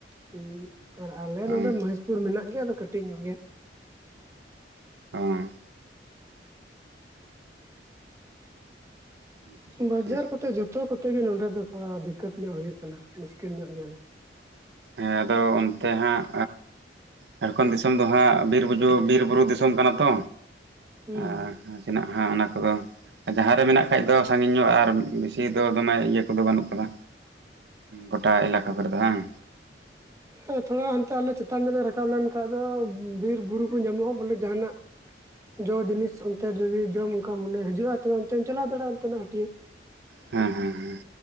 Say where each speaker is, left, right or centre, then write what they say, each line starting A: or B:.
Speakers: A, on the right; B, on the right.
A: ᱦᱩᱸ ᱟᱨ ᱟᱞᱮ
B: ᱦᱮᱸ
A: ᱱᱚᱸᱰᱮ ᱢᱟᱡᱽᱯᱩᱨ ᱢᱮᱱᱟᱜ ᱜᱮᱭᱟ, ᱟᱫᱚ ᱠᱟᱹᱴᱤᱡ ᱧᱚᱜ ᱜᱮᱭᱟ᱾
B: ᱚᱻ ᱟᱪᱪᱷᱟ ᱟᱪᱪᱷᱟ
A: ᱵᱟᱡᱟᱨ ᱠᱚᱛᱮ ᱡᱚᱛᱚ ᱠᱚᱛᱮ ᱜᱮ ᱱᱚᱸᱰᱮ ᱫᱚ ᱛᱷᱚᱲᱟ ᱫᱤᱠᱠᱟᱛ ᱧᱚᱜ ᱦᱳᱭᱳᱜ ᱠᱟᱱᱟ, ᱢᱩᱥᱠᱤᱞ ᱧᱚᱜ ᱜᱮᱭᱟ ᱞᱮ᱾
B: ᱦᱮᱸ ᱟᱫᱚ ᱚᱱᱛᱮ ᱦᱟᱸᱜᱼᱼ ᱡᱷᱟᱲᱠᱷᱚᱸᱰ ᱫᱤᱥᱚᱢ ᱫᱚ ᱦᱟᱸᱜ ᱵᱤᱨ ᱵᱩᱡᱩ, ᱵᱤᱨᱵᱩᱨᱩ ᱫᱤᱥᱚᱢ ᱠᱟᱱᱟ ᱛᱚ
A: ᱦᱩᱸ
B: ᱟᱼᱼ ᱦᱮᱱᱟᱜᱼᱟ ᱚᱱᱟ ᱠᱚᱫᱚ᱾ ᱡᱟᱦᱟᱸ ᱨᱮ ᱢᱮᱱᱟᱜ ᱠᱷᱟᱡ ᱫᱚ ᱥᱟᱺᱜᱤᱧ ᱧᱚᱜ ᱟᱨ ᱵᱤᱥᱤ ᱫᱚ ᱫᱚᱢᱮ ᱤᱭᱟᱹ ᱠᱚᱫᱚ ᱵᱟᱹᱱᱩᱜ ᱠᱟᱫᱟ᱾ ᱜᱚᱴᱟ ᱮᱞᱟᱠᱟ ᱠᱚᱨᱮ ᱫᱚ ᱵᱟᱝ᱾
A: ᱦᱮᱸ ᱛᱷᱚᱲᱟ ᱦᱟᱱᱛᱮ ᱟᱞᱮ ᱪᱮᱛᱟᱱ ᱧᱚᱜ ᱞᱮ ᱨᱟᱠᱟᱵ ᱞᱮᱱ ᱠᱷᱟᱡ ᱫᱚ ᱵᱤᱨ ᱵᱩᱨᱩ ᱠᱚ ᱧᱟᱢᱚᱜ ᱵᱚᱞᱮ ᱡᱟᱦᱟᱱᱟᱜᱼᱼ ᱡᱚ ᱡᱤᱱᱤᱥ ᱚᱱᱛᱮ ᱡᱩᱫᱤ ᱡᱚᱢ ᱚᱱᱠᱟ ᱢᱚᱱᱮ ᱦᱤᱡᱩᱜᱼᱟ, ᱛᱚᱵᱮ ᱚᱱᱛᱮᱢ ᱪᱟᱞᱟᱣ ᱫᱟᱲᱮᱭᱟᱜᱼᱟ, ᱚᱱᱛᱮᱱᱟᱜ ᱦᱟᱹᱴᱭᱟᱹ᱾
B: ᱦᱮᱸ ᱦᱮᱸ ᱦᱮᱸ᱾